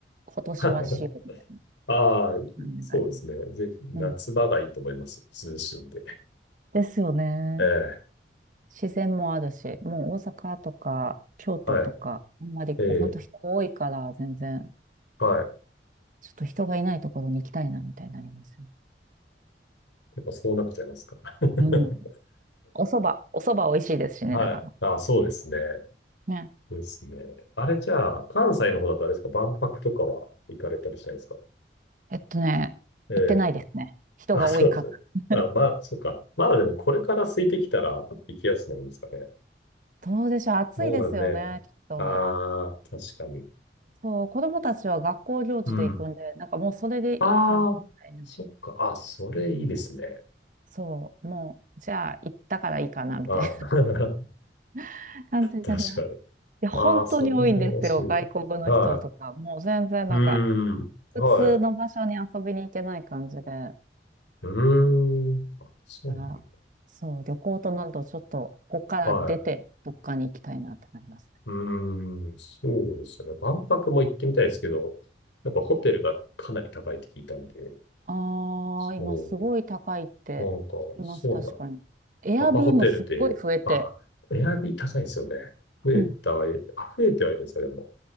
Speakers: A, on the right (about 45°); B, on the left (about 90°).
A: 今年はしようみたいな
B: <laughs> ああ、
A: 感じがあります。
B: そうですね。ぜひ、夏場がいいと思います。
A: うん。
B: 涼しいんで。
A: ですよね。
B: ええ
A: 自然もあるし、もう大阪とか京都とか、
B: は
A: あんまりこう、
B: い。ええ
A: 本当人多いから、全然、
B: はい。
A: ちょっと人がいないところに行きたいな、みたいになりますよね。
B: やっぱそうなっちゃいますか。<laughs>
A: うん。お蕎麦、お蕎麦美味しいですしね、
B: はい。
A: 長野。
B: あ、そうですね。
A: ね。
B: そうですね。あれじゃあ、関西の方だとあれですか、万博とかは行かれたりしないですか
A: えっとね、
B: ええ。
A: 行ってないですね。
B: <laughs>
A: 人が多いから。
B: あ、そうですね。あ、まあ、そっか。まだでもこれから空いてきたら行きやすくなりますかね。
A: そうでしょう。暑いですよね、
B: そうですね。
A: きっと。
B: ああ、確かに。
A: そう、子供たちは学校行事で行くんで、
B: うん。
A: なんかもうそれでいいかな、
B: ああ、
A: みたいな。
B: そっか。あ、それいいですね。
A: そうなんですよ。そう、もう、じゃあ行ったからいいかな、みたい
B: はい。<laughs>
A: な <laughs> 感じになります。
B: 確かに。
A: いや、本当に多いんですよ、
B: ああ、それ羨ましい
A: 外国の人とか。
B: わ。はい。
A: もう全然なんか、
B: うーん。
A: 普通の場所に遊びに行けない感じで。
B: はい。
A: だ
B: うーん。あ、そうなんだ。
A: から、そう、旅行となるとちょっと、ここから出て、
B: はい。
A: どっかに行きたいなってなります。
B: うーん、そうですね。万博も行ってみたいですけど、やっぱホテルがかなり高いって聞いたんで、
A: ああ、
B: そ
A: 今すごい高いって聞きます、
B: う、なんか、そうなんだ。
A: 確かに。エアビーもすっごい増えて、
B: アパホテルで、あ、エアビー高いですよね。増えた、
A: うん、
B: えあ、増えてはいるんですか、でも。